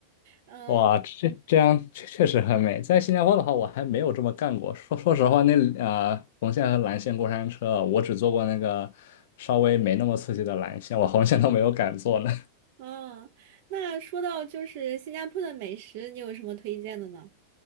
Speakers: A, on the right; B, on the left.
A: 嗯
B: 哇，这这样确确实很美。在新加坡的话，我还没有这么干过。说说实话，那呃，红线和蓝线过山车，我只坐过那个稍微没那么刺激的蓝线，我红线都没有敢坐呢。
A: 嗯，那说到就是新加坡的美食，你有什么推荐的呢？